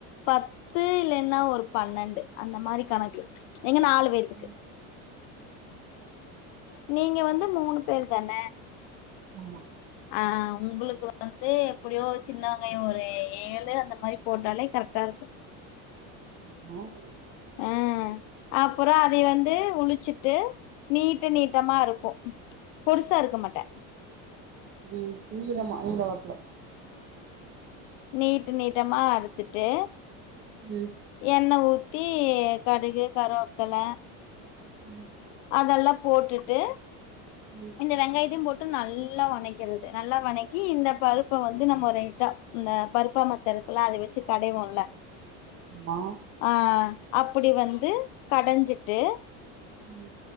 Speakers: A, on the left; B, on the right.
A: பத் து இல்லென்னா ஒரு பன்னன்டு அந்த மாரி கணக்கு எங்க நாலு பேத்துக்கு
B: ம்
A: நீங்க வந்து மூணு பேரு தான
B: ஆமா
A: ஆ உங்குளுக்கு வந்து எப்படியோ சின்னவங்காயொ ஒரு ஏழு அந்த மாரி போட்டாலே கரெக்டா இருக்கு
B: ம்
A: அ அப்புற அதே வந்து உளிச்சிட்டு நீட்ட நீட்டமா இருக்கு பொருசா இருக்க மாட்ட
B: ம் நீளமா நீள வாக்குல
A: நீட்டு நீட்டமா அறுத்துட்டு
B: ம்
A: என்ன ஊத்தி டி கடுகு கருவேப்பல
B: ம்
A: அதல்லா போட்டுட்டு
B: ம்
A: இந்த வெங்காயத்தயு போட் நல்லா வணக்கிறது நல்லா வணக்கி இந்த பருப்ப வந்து நம்மொ ரைட்டா இந்த பருப்பாமத்து இருக்குல அதே வெச்சு கடைவோல்ல
B: ஆமா
A: அ அ அப்புடி வந்து கடஞ்சிட்டு
B: ம்